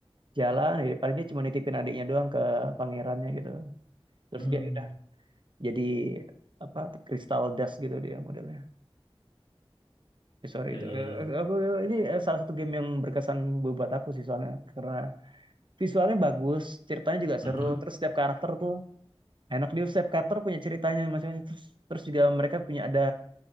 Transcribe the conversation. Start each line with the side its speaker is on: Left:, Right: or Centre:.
Right: jalan ya paling dia cuma nitipin adiknya doang ke pangerannya gitu terus
Left: mm.
Right: dia udah jadi apa kristal dust gitu dia modelnya Ya, sorry
Left: Ya,
Right: itu
Left: ya,
Right: Eh,
Left: ya,
Right: eh, aku ini eh, salah satu game yang berkesan buat aku sih soalnya karena visualnya bagus ceritanya juga
Left: mm-mm,
Right: seru terus setiap karakter tuh Enak di Seth karakter punya ceritanya masing-masing. Terus, terus juga mereka punya ada